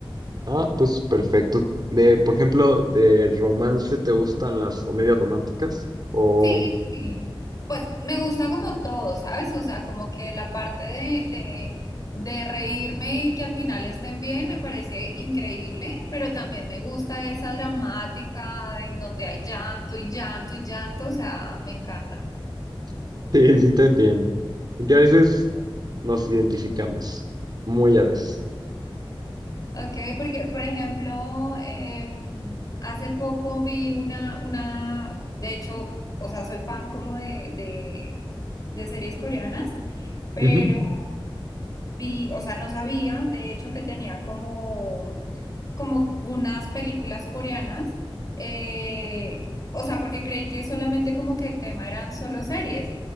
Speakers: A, on the right; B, on the left.
A: Ah, pues perfecto. De, por ejemplo, de romance, ¿te gustan las comedias románticas? O
B: Sí, sí. Pues me gusta como todo, ¿sabes? O sea, como que la parte de, de, de reírme y que al final estén bien me parece increíble, pero también me gusta esa dramática en donde hay llanto y llanto y llanto, o sea, me encanta.
A: <laughs> sí, sí te entiendo. Porque a veces nos identificamos, muy a veces.
B: Ok, porque por ejemplo, em, hace poco vi una, una, de hecho, o sea, soy fan como de, de de series coreanas. pero
A: Ujú,
B: vi, o sea, no sabía, de hecho, que tenía como, como unas películas coreanas, eh, o sea, porque creí que solamente como que el tema eran solo series.